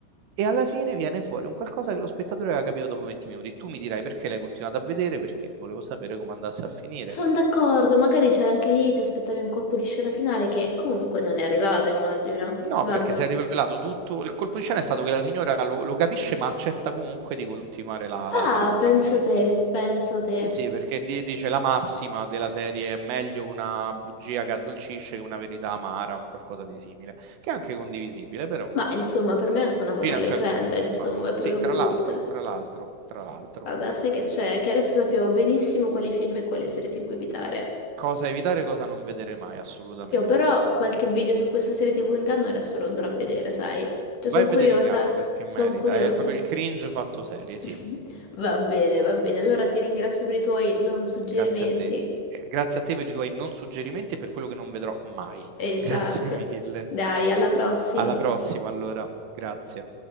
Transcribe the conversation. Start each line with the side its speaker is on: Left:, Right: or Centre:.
Right: e alla fine viene fuori un qualcosa che lo spettatore aveva capito dopo 20 minuti. Tu mi dirai perché l'hai continuato a vedere, perché volevo sapere come andasse a finire.
Left: Sono d'accordo, magari c'era anche lì, ti aspettavi un colpo di scena finale che comunque non è arrivato, immagino.
Right: No,
Left: Vabbè.
Right: perché si è rivelato tutto. Il colpo di scena è stato che la signora lo, lo capisce, ma accetta comunque di continuare la,
Left: Ah,
Right: la farsa
Left: pensa
Right: col tizio.
Left: te, pensa te.
Right: Sì, sì, perché di- dice la massima della serie è meglio una bugia che addolcisce che una verità amara, un qualcosa di simile, che è anche condivisibile, però
Left: Ma insomma, per me è anche una morale
Right: fino a un
Left: orrenda,
Right: certo punto,
Left: insomma,
Right: infatti.
Left: è proprio
Right: Sì, tra
Left: brutta.
Right: l'altro, tra l'altro, tra l'altro,
Left: Guarda, sai che c'è? Che adesso sappiamo benissimo quali film e quali serie TV evitare.
Right: cosa evitare, cosa non vedere mai, assolutamente.
Left: Io però qualche video su questa serie TV inganno adesso lo andrò a vedere, sai? Cioè,
Right: Vai
Left: sono
Right: a
Left: curiosa,
Right: vedere Inganno perché
Left: sono
Right: merita,
Left: curiosa.
Right: è proprio il cringe fatto serie, sì.
Left: <laughs> Va bene, va bene. Allora ti ringrazio per i tuoi non suggerimenti.
Right: Grazie a te. Eh, Grazie a te per i tuoi non suggerimenti e per quello che non vedrò mai.
Left: Esatto.
Right: <laughs> Grazie mille.
Left: Dai, alla prossima.
Right: Alla prossima, allora. Grazie.